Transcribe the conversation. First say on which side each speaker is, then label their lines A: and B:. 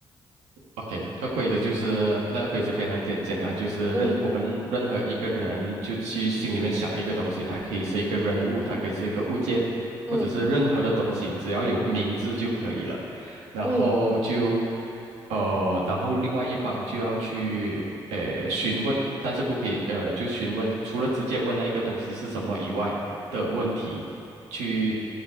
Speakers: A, on the right; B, on the right.
A: OK，那规则就是那个规则非常简简单，就是任我们任何一个人就去心里面想一个东西，
B: 嗯
A: 它可以是一个人物，它可以是一个物件，
B: 嗯
A: 或者是任何的东西，只要有名字就可以了。然后就
B: 嗯，
A: 呃，然后另外一方就要去呃询问，但是不可以呃就询问，除了直接问那一个东西是什么以外的问题，去